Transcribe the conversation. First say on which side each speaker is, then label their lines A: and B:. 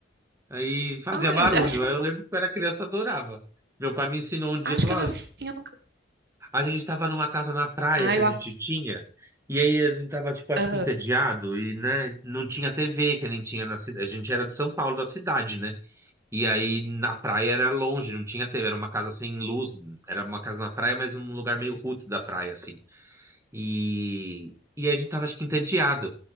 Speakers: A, on the right (about 15°); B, on the right (about 55°).
A: Aí fazia
B: Ah,
A: barulho.
B: eu eu acho que,
A: Aí eu lembro que eu era criança, eu adorava. Meu pai me ensinou um dia,
B: acho
A: falou:
B: que eu assim,
A: "Ó,
B: eu nunca.
A: a gente estava numa casa na praia
B: Ai,
A: que
B: eu,
A: a gente
B: a-
A: tinha, e aí a gente tava, tipo, acho
B: aham.
A: que entediado, e, né, não tinha TV, que nem tinha na cidade. A gente era de São Paulo, da cidade, né? E aí na praia era longe, não tinha TV, era uma casa sem luz, era uma casa na praia, mas num lugar meio roots da praia, assim. E, e aí a gente tava, acho que entediado.